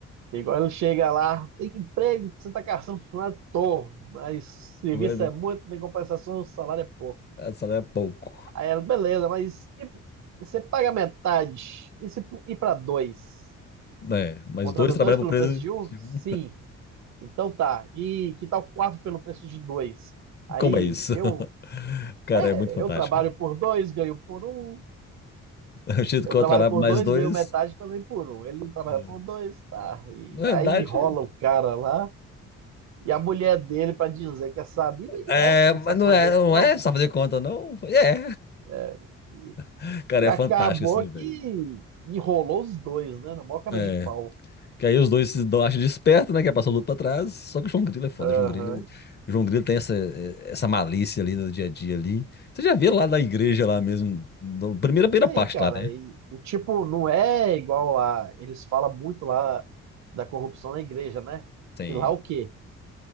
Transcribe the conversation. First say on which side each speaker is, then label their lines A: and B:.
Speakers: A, on the right; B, on the left.
A: Igual ele chega lá, tem emprego, você tá caçando funcionário, tô, mas serviço
B: não é-
A: é muito, tem compensação, o salário é pouco.
B: É, salário é pouco.
A: Aí ela, beleza, mas e, e você paga metade, e se ir para dois?
B: né? mas
A: Contrata
B: dois trabalham
A: dois pelo
B: por preço
A: preço de um?
B: de
A: Sim.
B: um.
A: Então tá, e que tal quatro pelo preço de dois? Aí
B: Como é isso?
A: eu,
B: <laughs> Cara,
A: é,
B: é muito fantástico,
A: eu trabalho
B: velho.
A: por dois, ganho por um,
B: <laughs> O jeito
A: eu
B: que
A: trabalho
B: eu trabalho
A: por
B: por mais
A: dois,
B: dois.
A: ganho metade também por um. Ele trabalha
B: Ah.
A: por dois, tá, e
B: Na
A: aí
B: verdade,
A: rola o cara lá. E a mulher dele para dizer que é sabido, e
B: é,
A: é, você não
B: mas
A: sabe
B: não
A: fazer
B: é, não
A: conta.
B: é só fazer conta, não. É.
A: É, e,
B: <laughs> Cara,
A: e
B: é
A: acabou
B: fantástico assim,
A: que
B: velho.
A: enrolou os dois, né? Na maior cara
B: É.
A: de pau.
B: Que aí os dois se dão- acham desperto, né? Que é passar o luto pra trás. Só que o João Grilo é foda.
A: Aham.
B: O João Grilo, ele- o João Grilo tem essa, essa malícia ali no dia a dia ali. Você já vê lá na igreja lá mesmo, no, primeira, primeira
A: Tem,
B: parte
A: cara.
B: lá, né?
A: E, e, tipo, não é igual lá. Eles falam muito lá da corrupção na igreja, né?
B: Tem
A: E lá o quê?